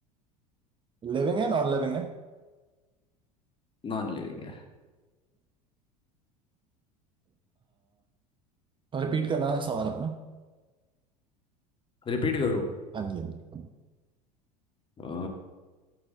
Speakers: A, on the right; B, on the left.
A: लिविंग है नॉन लिविंग है
B: नॉन लिविंग है
A: रिपीट करना सवाल अपना
B: रिपीट करूँ
A: हाँ जी हाँ जी
B: अ,